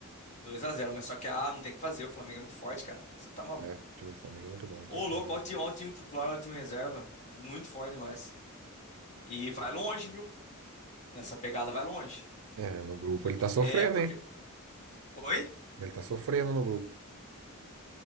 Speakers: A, on the left; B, on the right.
A: dois a zero mas só que, ah, não tem o que fazer, o Flamengo é muito forte, cara. Você tá maluco.
B: É, o time do Flamengo é muito bom, não
A: Ô,
B: tem o que
A: louco,
B: fazer.
A: olha o time, olha o time titular, olha o time reserva. É muito forte demais. E e vai longe, viu? Nessa pegada vai longe.
B: É, no grupo
A: Porque...
B: ele tá sofrendo,
A: É, porque...
B: hein?
A: Oi?
B: Ele tá sofrendo no grupo.